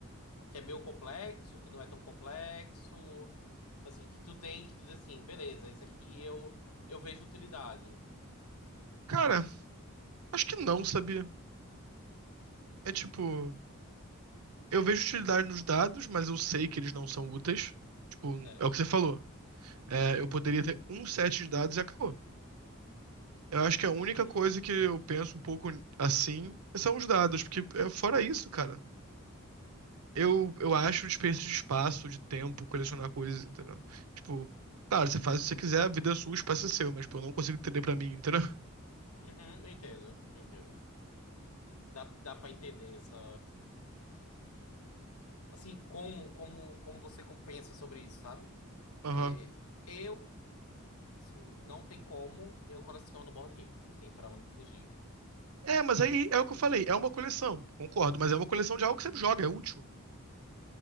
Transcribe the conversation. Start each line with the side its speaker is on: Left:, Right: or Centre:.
Left: que é meio complexo, que não é tão complexo, assim, que tu tem que tu diz assim, beleza, isso aqui eu, eu vejo utilidade,
Right: Cara, acho que não, sabia? É tipo. Eu vejo utilidade nos dados, mas eu sei que eles não são úteis. Tipo,
Left: certo?
Right: é o que você falou. É, eu poderia ter um set de dados e acabou. Eu acho que a única
Left: Uhum,
Right: coisa que eu penso um pouco assim são os dados, porque é, fora isso, cara, eu, eu acho desperdício de espaço, de tempo, colecionar coisas, entendeu? Tipo, claro, você faz o que você quiser, a vida é sua, o espaço é seu, mas, pô, eu não consigo entender pra mim, entendeu? <laughs>
Left: uhum, eu entendo, eu entendo. Dá, dá pra entender essa... Assim, como, como, como você com- pensa sobre isso, sabe?
Right: Aham.
Left: É, eu, assim, não tem como, eu coleciono board game, não tem pra onde fugir.
Right: É, mas aí é o que eu falei, é uma coleção, concordo, mas é uma coleção de algo que você joga, é útil.